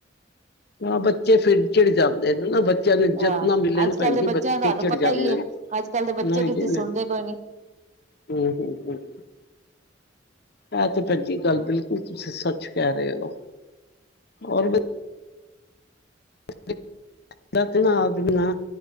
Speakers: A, on the left; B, on the right.
A: ਹਾਂ ਬੱਚੇ ਫਿਰ ਚਿੜ ਜਾਂਦੇ ਨੇ ਨਾ ਬੱ ਬੱਚਿਆਂ ਨੂੰ ਇਜ਼ਤ
B: ਹਾਂ
A: ਨਾ ਮਿਲੇ
B: ਅੱਜ
A: ਨਾ
B: ਕੱਲ੍ਹ
A: ਭੈਣਜੀ
B: ਦੇ ਬੱਚਿਆਂ
A: ਬੱਚੇ
B: ਤੁਹਾਨੂੰ
A: ਚਿੜ
B: ਪਤਾ
A: ਜਾਂਦੇ
B: ਹੀ ਹੈ
A: ਨੇ
B: ਅੱਜ ਕੱਲ੍ਹ ਦੇ ਬੱਚੇ
A: ਨਈ
B: ਕਿਸੇ
A: ਜੀ
B: ਦੀ
A: ਨੀ
B: ਸੁਣਦੇ ਕੋਈ
A: ਹੂੰ, ਹੂੰ, ਹੂੰ ਐ ਤੇ ਭੈਣਜੀ ਗੱਲ ਬਿਲਕੁਲ ਤੁਸੀਂ ਸੱਚ ਕਹਿ ਰਹੇ ਔ ਹੋਰ ਬ <inaudible> <unintelligible> ਨਾ ਆਦਮੀਆਂ